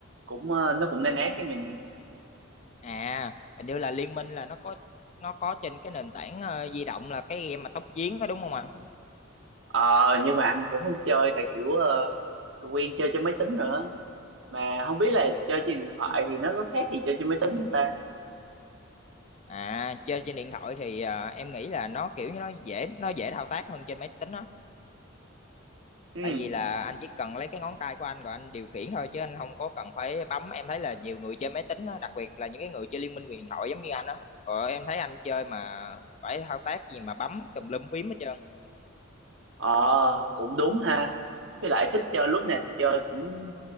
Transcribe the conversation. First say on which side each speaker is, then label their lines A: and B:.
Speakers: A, on the right (about 65°); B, on the left (about 35°).
A: cũng ờ, nó cũng na ná cái mình nè
B: À, hình như là Liên Minh là nó có nó có trên cái nền tảng ờ, di động là cái game mà tốc chiến đó đúng không anh?
A: ờ nhưng mà anh cũng không chơi tại kiểu ờ, quen chơi trên máy tính nữa mà không biết là chơi trên điện thoại thì nó có khác gì chơi trên máy tính không ta
B: À, chơi trên điện thoại thì à, em nghĩ là nó kiểu như nó dễ nó dễ thao tác hơn trên máy tính á.
A: ừ
B: tại vì là anh chỉ cần lấy cái ngón tay của anh rồi anh điều khiển thôi chứ anh không có cần phải bấm em thấy là nhiều người chơi máy tính á, đặc biệt là những cái người chơi liên minh huyền thoại giống như anh á rồi em thấy anh chơi mà phải thao tác gì mà bấm tùm lum phím hết trơn
A: ờ cũng đúng ha với lại thích chơi lúc nào thì chơi cũng